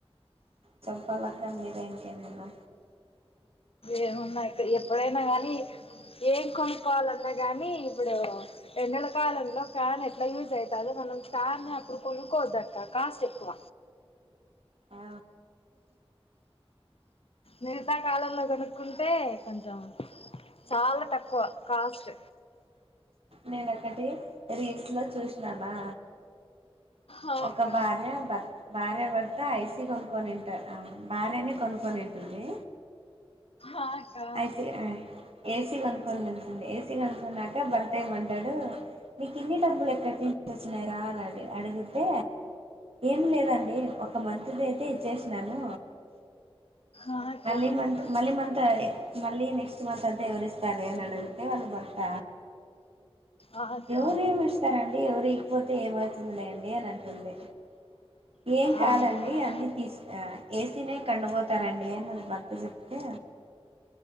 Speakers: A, on the right; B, on the left.
A: చంపాలక్కా మీరే ఇంకా ఏమేమో
B: ఏమున్నది అక్క ఎప్పుడైనా గానీ ఏం కొనుక్కోవాలన్నా గానీ ఇప్పుడు ఎండల కాలంలో ఫ్యాన్ ఎట్లా యూజ్ అవుతాదో మనం ఫ్యాన్ ని అప్పుడు కొనుకోవద్దక్క కాస్ట్ ఎక్కువ
A: ఆ
B: మిగతా కాలంలో కనుక్కుంటే కొంచెం చాలా తక్కువ కాస్ట్
A: నేన ఒకటి రీల్స్ లో చూసినామా
B: ఆ
A: ఒక
B: అక్క
A: భార్య భర్త భార్య భర్త ఐసి కొనుక్కొనింటారు ఆ భార్యని కొనుక్కొనింటారు ఏంది
B: ఆ అక్క
A: ఐసి ఏసీ కొనుక్కొని తింటుంది ఏసీ కనుకున్నాక భర్త ఏమంటాడు మీకు ఇన్ని డబ్బులు ఎక్కటి నుంచి వచ్చినార అని అడిగితే ఏం లేదండి ఒక మంత్ ది అయితే ఇచ్చేసినాను
B: ఆ అక్క
A: మళ్లీ మంత మళ్లీ మంత మళ్లీ నెక్స్ట్ మంత అంత ఎవరిస్తస్తారు నడ ఏమన్నది అక్క
B: ఆ అక్క
A: ఎవరు ఏమి ఇస్తారండి ఎవరు ఈయకపోతే ఏమవుతుంది లేండి అని అంటుంది ఏం కాదండి
B: ఆ
A: అన్నీ తీ ఏసీ న కండ పోతారండి వాళ్ల భర్త చెప్తే